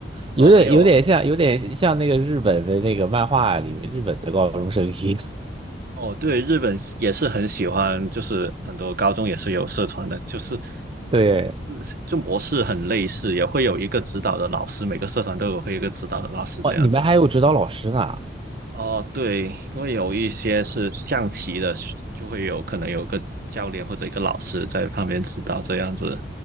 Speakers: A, on the right; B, on the right.
A: 有点有点像有点像那个日本的那个漫画里面日本的高中生一样。
B: 哦，没有啊。哦，对，日本也是很喜欢，就是很多高中也是有社团的，就是
A: 对，
B: 呃就模式很类似，也会有一个指导的老师，每个社团都有会有一个指导的老师这样子。
A: 哇，你们还有指导老师呢，
B: 哦，对，因为有一些是象棋的，就会有可能有个教练或者一个老师在旁边指导这样子。